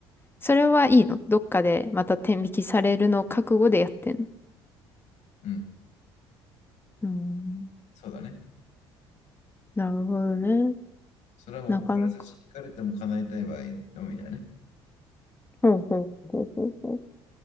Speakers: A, on the left; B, on the left.
A: それはいいのどっかでまた天引きされるのを覚悟でやってんの
B: うん
A: うーん。
B: そうだね。
A: なるほどね。
B: それはもう他に差し引かれても叶えたい場合のみだね。
A: なかなか。ほうほうほうほうほう。